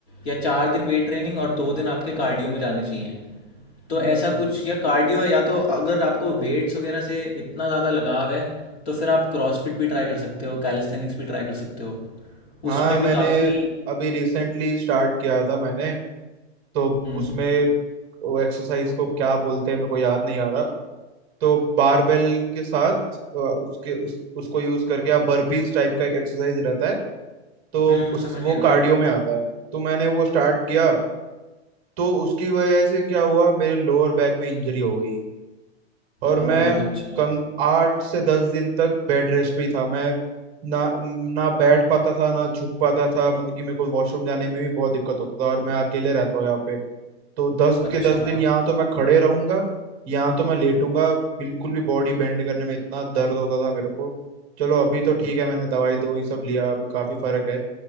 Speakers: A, on the left (about 65°); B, on the right (about 15°).
A: या चार दिन वेट ट्रेनिंग और दो दिन आपके कार्डियो में जाने चाहिए तो
B: हम्म
A: ऐसा कुछ या कार्डियो या तो अगर आपको वेट्स वगैरह से इतना ज़्यादा लगाव है तो फिर आप क्रॉसफिट भी ट्राई कर सकते हो कैलिस्थेनिक्स भी ट्राई कर सकते हो
B: हाँ
A: उसमें
B: मैंने
A: भी काफ़ी
B: अभी रिसेंटली स्टार्ट किया था मैंने तो
A: हम्म
B: उसमें वो एक्सरसाइज को क्या बोलते हैं मेरे को याद नहीं आ रहा तो बारबेल के साथ अ, उसके उस उसको यूज करके आप बर्पीज टाइप का एक एक्सरसाइज रहता है तो
A: हम्म
B: उस
A: समझ
B: वो
A: गया
B: कार्डियो में आता है तो मैंने वो स्टार्ट किया तो उसकी वजह से क्या हुआ मेरे लोअर बैक में इंजरी हो गई और
A: ओ
B: मैं
A: अच्छा
B: कम आठ से दस दिन तक बेड रेस्ट पे ही था मैं ना ना बैठ पाता था ना झुक पाता था मतलब कि मेरे को वॉशरूम जाने में भी बहुत दिक्कत होता था और मैं अकेले रहता हूँ यहाँ पे तो दस
A: अच्छा,
B: के दस दिन यहाँ तो मैं खड़े रहूंगा यहाँ तो मैं लेटूंगा बिल्कुल भी बॉडी बेंड करने में इतना दर्द होता था मेरे को चलो अभी तो ठीक है मैंने दवाई दवाई सब लिया अभी काफी फर्क है